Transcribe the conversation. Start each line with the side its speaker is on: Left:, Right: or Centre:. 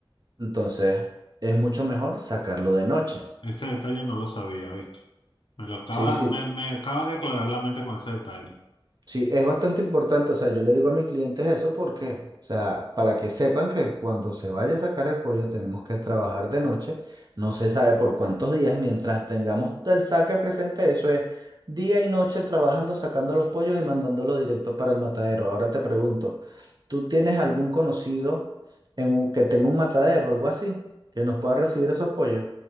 Right: entonces es mucho mejor sacarlo de noche.
Left: Ese detalle no lo sabía, ¿viste? Me lo acaba,
Right: Sí, sí.
Left: me, me acabas de aclarar la mente con ese detalle.
Right: Sí, es bastante importante, o sea, yo le digo a mis clientes eso porque, o sea, para que sepan que cuando se vaya a sacar el pollo tenemos que trabajar de noche, no se sabe por cuántos días, mientras tengamos el saque presente, eso es día y noche trabajando, sacando los pollos y mandándolos directo para el matadero. Ahora te pregunto, ¿tú tienes algún conocido en un- que tenga un matadero o algo así que nos pueda recibir esos pollos?